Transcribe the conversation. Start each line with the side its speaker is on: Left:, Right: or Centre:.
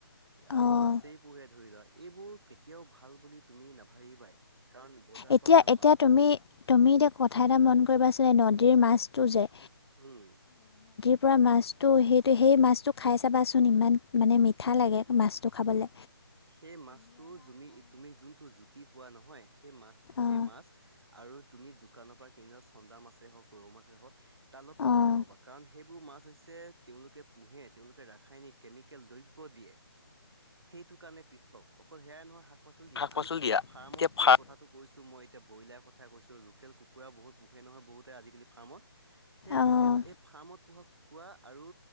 Right: আৰু
Left: অঁ
Right: মাছেই পোহে ধৰি লোৱা এইবোৰ কেতিয়াও ভাল বুলি তুমি নাভাবিবাই কাৰণ বজাৰৰ
Left: এতিয়া
Right: পৰা অনা
Left: এতিয়া
Right: মাছ
Left: তুমি
Right: হওক
Left: তুমি এতিয়া কথা এটা মন কৰিবাছিলে নদীৰ মাছটো যে
Right: উম
Left: পুৰা মাছটো সেইটো সেই মাছটো খাই চাবাচোন ইমান মানে মিঠা লাগে মাছটো খাবলে।
Right: সেই মাছটো জুমি তুমি যোনটো জুতি পোৱা নহয় সেই মা
Left: অঁ
Right: সেই মাছ আৰু তুমি দোকানৰ পৰা কিনি চন্দা মাছেই হওক ৰৌ মাছেই হওঁক তাৰ অলত পাৰ্থক্য
Left: অঁ
Right: হবা কাৰণ সেইবোৰ মাছ হৈছে তেওঁলোকে পুহে তেওঁলোকে ৰাসায়নিক, কেমিকেল, দ্ৰব্য দিয়ে। সেইত- সেটো কাৰণে পিতক অকল সেয়াই নহয় শাক পাচলি দিয়ে
Left: শাক পাচলি
Right: আনকি এতিয়া
Left: দিয়া
Right: ফাৰ্মত
Left: এতিয়া
Right: যে
Left: ফা
Right: কথাটো কৈছো মই এতিয়া ব্ৰইলাৰ কথা কৈছো ৰোকেল কুকুৰা বহুত পোহে নহয় বহুতে আজিকালি ফাৰ্মত। সেই
Left: অঁ
Right: ৰোকেল এই ফাৰ্মত পোহা কুকুৰা আৰু